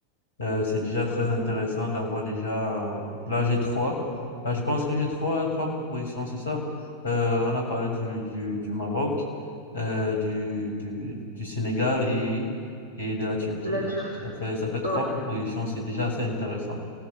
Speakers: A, on the left; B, on the left.
A: euh, c'est déjà très intéressant d'avoir déjà... euh, là, j'ai trois. Ah, je pense que j'ai trois, trois propositions, c'est ça. Euh, on a parlé du, du, du Maroc, euh, du, du, du Sénégal et, et de la Turquie.
B: La
A: Donc,
B: Turquie,
A: ça fait, ça fait trois
B: oui.
A: propositions. C'est déjà assez intéressant.